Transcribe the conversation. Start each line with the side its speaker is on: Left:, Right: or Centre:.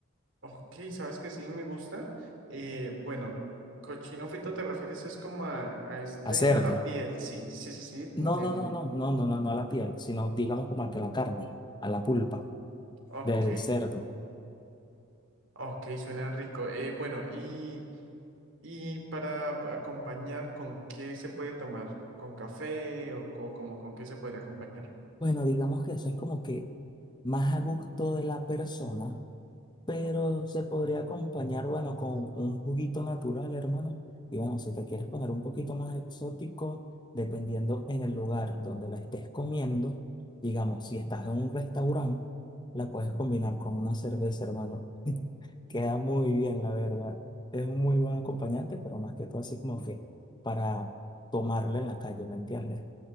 Right: Ok, sabes que sí me gusta. Eh, bueno, cochino frito te refieres es como a, a este,
Left: A cerdo.
Right: a la piel. Sí, sí, sí, sí, te entiendo.
Left: No, no, no, no, no, no, no, no a la piel, sino digamos como a que a la carne, a la pulpa
Right: Ok,
Left: del cerdo.
Right: ok, suena rico. Eh, bueno, y, y para ap- acompañar, ¿con qué se puede tomar? ¿Con café o, co- como con qué se podría acompañar?
Left: Bueno, digamos que eso es como que más a gusto de la persona pero se podría acompañar, bueno, con un juguito natural, hermano. Y bueno, si te quieres poner un poquito más exótico, dependiendo en el lugar donde la estés comiendo, digamos, si estás en un restaurante, la puedes combinar con una cerveza, hermano. Queda muy bien, la verdad. Es un muy buen acompañante, pero más que todo así como que para tomarlo en la calle, ¿me entiendes?